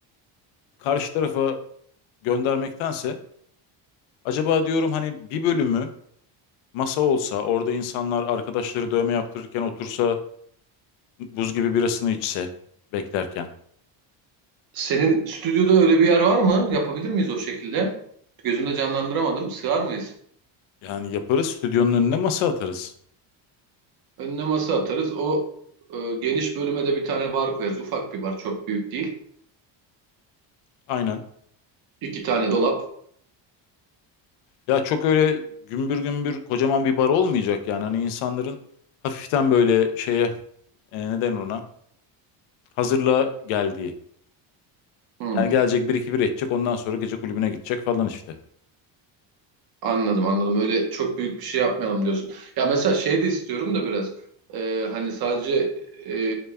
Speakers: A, on the left; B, on the right.
A: karşı tarafa göndermektense acaba diyorum hani bir bölümü masa olsa, orada insanlar arkadaşları dövme yaptırırken otursa, buz gibi birasını içse beklerken.
B: Senin stüdyoda öyle bir yer var mı? Yapabilir miyiz o şekilde? Gözümde canlandıramadım. Sığar mıyız?
A: Yani yaparız, stüdyonun önüne masa atarız.
B: Önüne masa atarız. O e, geniş bölüme de bir tane bar koyarız. Ufak bir bar, çok büyük değil.
A: Aynen.
B: İki tane dolap.
A: Ya çok öyle gümbür gümbür kocaman bir bar olmayacak yani. Hani insanların hafiften böyle şeye, e, neden ona, hazırlığa geldiği.
B: Hmm,
A: Yani gelecek bir iki bira içecek, ondan sonra gece kulübüne gidecek falan işte.
B: anladım anladım. Öyle çok büyük bir şey yapmayalım diyorsun. Ya mesela şey de istiyorum da biraz. Ee, hani sadece e,